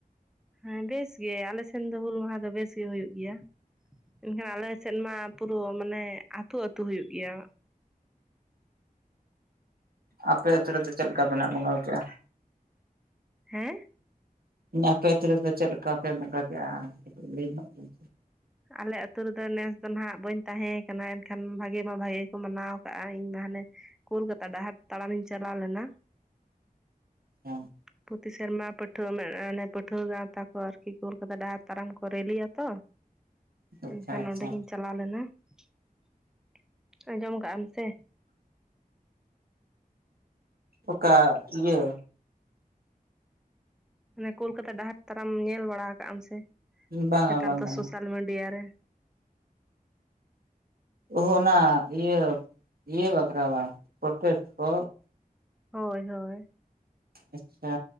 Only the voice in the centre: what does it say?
ᱦᱮᱸ ᱵᱮᱥ ᱜᱮ ᱟᱞᱮ ᱥᱮᱱ ᱫᱚ ᱦᱩᱞ ᱢᱟᱦᱟ ᱫᱚ ᱵᱮᱥ ᱜᱮ ᱦᱩᱭᱩᱜ ᱜᱮᱭᱟ ᱢᱮᱱᱠᱷᱟᱱ ᱟᱞᱮ ᱥᱮᱫ ᱢᱟ ᱯᱩᱨᱟᱹ ᱢᱟᱱᱮ ᱟᱹᱛᱩ ᱟᱹᱛᱩ ᱦᱩᱭᱩᱜ ᱜᱮᱭᱟ᱾
ᱦᱮᱸ
ᱟᱞᱮ ᱟᱹᱛᱩ ᱨᱮᱫᱚ ᱱᱮᱥ ᱫᱚ ᱦᱟ‍ᱸᱜ ᱵᱟᱹᱧ ᱛᱟᱦᱮᱸ ᱠᱟᱱᱟ ᱮᱱᱠᱷᱟᱱ ᱵᱷᱟᱜᱮ ᱢᱟ ᱵᱷᱟᱜᱮ ᱜᱮ ᱠᱚ ᱢᱟᱱᱟᱣ ᱟᱠᱟᱜᱼᱟ ᱤᱧ ᱢᱟ ᱦᱟᱱᱮ ᱠᱳᱞᱠᱟᱛᱟ ᱰᱟᱦᱟᱨ ᱛᱟᱲᱟᱢᱤᱧ ᱪᱟᱞᱟᱣ ᱞᱮᱱᱟ᱾
ᱯᱚᱛᱤ ᱥᱮᱨᱢᱟ ᱯᱟᱹᱴᱷᱩᱣᱟᱹ ᱚᱱᱮ ᱯᱟᱹᱴᱷᱩᱣᱟᱹ ᱜᱟᱶᱛᱟ ᱠᱚ ᱟᱨᱠᱤ ᱠᱳᱞᱠᱟᱛᱟ ᱰᱟᱦᱟᱨ ᱛᱟᱲᱟᱢ ᱠᱚ ᱨᱮᱞᱤᱭᱟ ᱛᱚ᱾
ᱮᱱᱠᱷᱟᱱ
ᱱᱚᱸᱰᱮ ᱜᱤᱧ ᱪᱟᱞᱟᱣ ᱞᱮᱱᱟ <inaudible> ᱟᱸᱡᱚᱢ ᱠᱟᱜ ᱟᱢ ᱥᱮ
ᱢᱟᱱᱮ ᱠᱳᱞᱠᱟᱛᱟ ᱰᱟᱦᱟᱨ ᱛᱟᱨᱟᱢ ᱧᱮᱞ ᱵᱟᱲᱟ ᱠᱟᱜ ᱟᱢ ᱥᱮ
ᱱᱮᱛᱟᱨ
ᱫᱚ ᱥᱳᱥᱟᱞ ᱢᱤᱰᱤᱭᱟ ᱨᱮ
ᱦᱳᱭ ᱦᱳᱭ